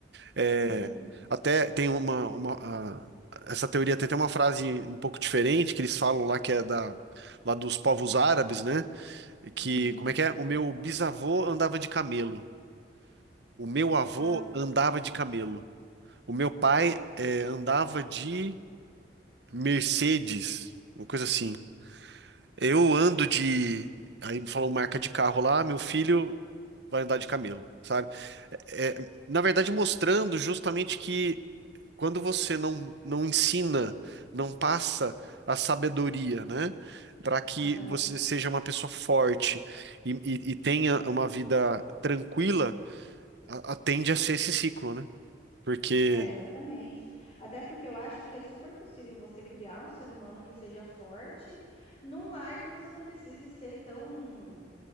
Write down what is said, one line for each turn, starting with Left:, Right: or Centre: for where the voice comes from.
Right: É,
Left: Uhum,
Right: até tem uma, uma a- essa teoria tem até uma frase um pouco diferente que eles falam lá que é da lá dos povos árabes, né? E Que
Left: uhum.
Right: como é que é? O meu bisavô andava de camelo, o meu avô
Left: Ah,
Right: andava de camelo, o meu pai eh, andava de Mercedes, uma coisa assim. Eu ando de. Aí falou marca de carro lá, meu filho vai andar de camelo, sabe? É, é, na verdade, mostrando justamente que quando você não, não ensina, não passa a sabedoria, né? Para que
Left: aham.
Right: você seja uma pessoa forte e, e- e tenha uma vida tranquila, a, a- tende a ser esse ciclo, né? Porque,
Left: É, exatamente. Até porque eu acho que é super possível você criar um ser humano que seja forte num lar que você não precise ser tão